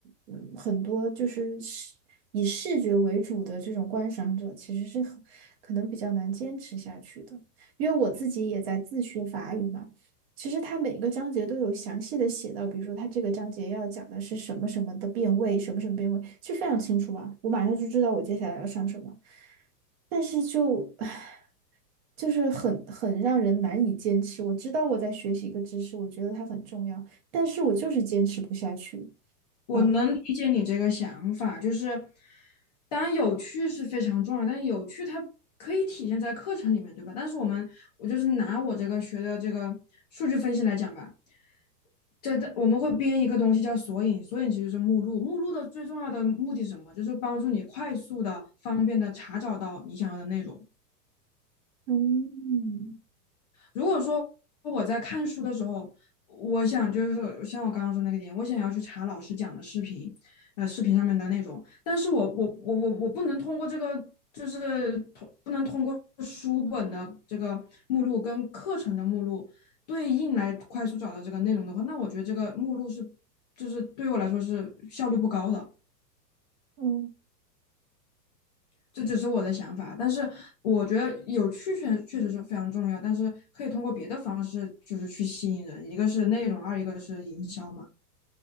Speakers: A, on the right; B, on the left.
A: 嗯很多就是视以视觉为主的这种观赏者，其实是很可能比较难坚持下去的。因为我自己也在自学法语嘛。其实它每个章节都有详细的写到，比如说它这个章节要讲的是什么什么的变位，什么什么变位，就非常清楚啊，我马上就知道我接下来要上什么。但是就，唉，就是很很让人难以坚持。我知道我在学习一个知识，我觉得它很重要，但是我就是坚持不下去。
B: 我能理解你这个想法，
A: 嗯
B: 就是当然有趣是非常重要，但是有趣它可以体现在课程里面，对吧？但是我们，我就是拿我这个学的这个数据分析来讲吧，这我们会编一个东西叫索引，索引其实是目录，目录的最重要的目的是什么？就是帮助你快速的、方便的查找到你想要的内容。
A: 嗯
B: 如果说我在看书的时候，我想就是像我刚刚说那个点，我想要去查老师讲的视频，呃，视频上面的内容，但是我我我我我不能通过这个，就是通不能通过书本的这个目录跟课程的目录对应来快速找到这个内容的话，那我觉得这个目录是就是对我来说是效率不高的。
A: 嗯
B: 这只是我的想法，但是我觉得有趣确确实是非常重要，但是可以通过别的方式就是去吸引人，一个是内容，二一个是营销嘛。